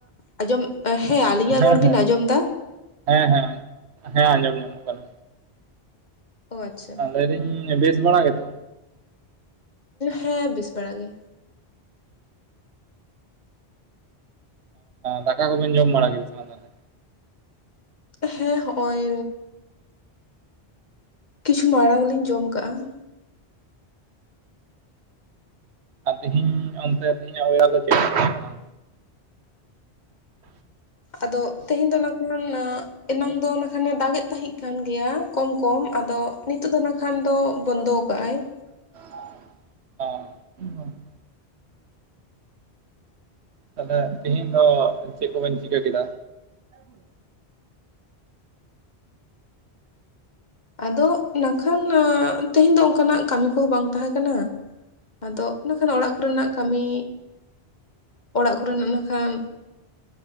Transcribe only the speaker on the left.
ᱟᱸᱡᱚᱢ ᱦᱮᱸ ᱟᱞᱤᱧᱟᱜ
ᱨᱚᱲ ᱵᱤᱱ ᱟᱸᱡᱚᱢ ᱫᱟ?
ᱚ ᱟᱪᱪᱷᱟ
ᱦᱮᱸ ᱵᱤᱥ ᱵᱟᱲᱟ ᱜᱮ᱾
ᱦᱮᱸ ᱦᱚᱜᱼᱚᱭ ᱠᱤᱪᱷᱩ ᱢᱟᱲᱟᱝ ᱞᱤᱧ ᱡᱚᱢ ᱠᱟᱜᱼᱟ ᱾
ᱟᱫᱚ ᱛᱮᱦᱮᱧ ᱫᱚ ᱱᱚᱝ ᱠᱷᱟᱱ ᱮᱱᱟᱝ ᱫᱚ ᱠᱷᱟᱱᱮ ᱫᱟᱜ ᱮᱫ ᱛᱟᱦᱮᱸᱜ ᱠᱟᱱ ᱜᱮᱭᱟ ᱠᱚᱢ ᱠᱚᱢ ᱟᱫᱚ ᱱᱤᱛᱚᱜ ᱫᱚ ᱚᱱᱟ ᱠᱷᱟᱱ ᱠᱷᱟᱱ ᱫᱚ ᱵᱚᱱᱫᱚ ᱠᱟᱜ ᱟᱭ ᱾
ᱟᱫᱚ ᱱᱟᱠᱷᱟᱱ ᱛᱮᱦᱮᱧ ᱫᱚ ᱚᱱᱠᱟᱱᱟᱜ ᱠᱟᱹᱢᱤ ᱠᱚᱦᱚᱸ ᱵᱟᱝ ᱛᱟᱦᱮᱸ ᱠᱟᱱᱟ᱾ ᱟᱫᱚ ᱠᱷᱟᱱ ᱚᱲᱟᱜ ᱠᱚᱨᱮᱱᱟᱜ ᱠᱟᱹᱢᱤ ᱚᱲᱟᱜ ᱠᱚᱨᱮ ᱱᱟᱜᱠᱷᱟᱱ,